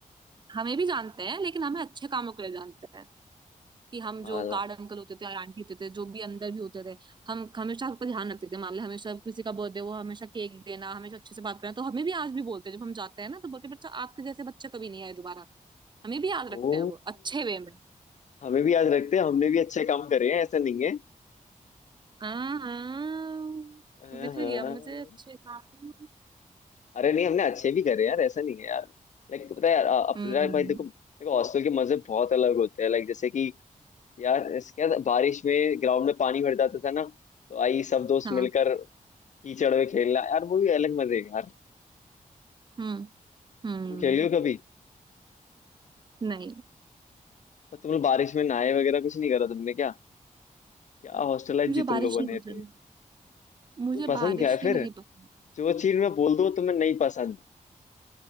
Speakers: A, on the right; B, on the left.
A: हमें भी जानते हैं लेकिन हमें अच्छे कामों के लिए जानते हैं कि हम
B: थे
A: जो गार्ड अंकल होते थे और आंटी होते थे जो भी अंदर भी होते थे हम हमेशा सबका ध्यान रखते थे मान ले हमेशा किसी का बर्थडे वो हमेशा केक देना हमेशा अच्छे से बात करना तो हमें भी आज भी बोलते हैं जब हम जाते हैं ना तो बोलते हैं, बच्चा आपके जैसे बच्चे कभी नहीं आए दोबारा हमें भी याद रखते
B: ओ
A: हैं वो अच्छे वे में
B: हमें भी याद रखते हैं हमने भी अच्छे काम करे हैं ऐसा नहीं है
A: हाँ हाँ
B: हाँ,
A: दिख
B: हाँ।
A: गया मुझे अच्छे से।
B: अरे नहीं हमने अच्छे भी करे हैं यार ऐसा नहीं है यार लाइक पता है यार अ- अपने
A: हम्म
B: भाई देखो देखो हॉस्टल के मजे बहुत अलग होते हैं लाइक जैसे कि यार इसके बाद बारिश में ग्राउंड में पानी भर जाता था ना तो आई सब दोस्त
A: हाँ
B: मिलकर कीचड़ में खेलना यार वो भी अलग मजे हैं यार
A: हम्म हम्म
B: तुम खेली हो कभी
A: नहीं
B: और तुम लोग बारिश में नहाए वगैरह कुछ नहीं करा तुमने क्या क्या हॉस्टल लाइफ
A: मुझे
B: जी
A: बारिश
B: तुम लोगों
A: नहीं
B: ने
A: पसंद
B: रही
A: मुझे
B: तुम्हें पसंद
A: बारिश
B: क्या है फिर
A: ही नहीं पसंद
B: जो चीज मैं बोल दूं तुम्हें नहीं पसंद